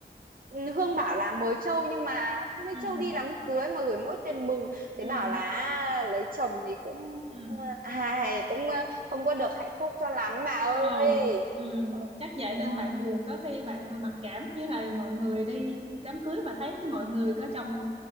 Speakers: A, on the right; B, on the right.
A: ừ, Hương bảo là mời Châu nhưng mà không thấy
B: ừ
A: Châu đi đám cưới mà gửi mỗi tiền mừng. Thế
B: ừ
A: bảo là lấy chồng thì cũng
B: ừ
A: ai cũng ờ, không có được hạnh phúc cho lắm bà ơi.
B: Ờ, ừ,
A: Ừ,
B: chắc vậy nên
A: đó.
B: bạn buồn có khi bạn ờ, mặc cảm với lại mọi người đi đám cưới mà thấy mọi người có chồng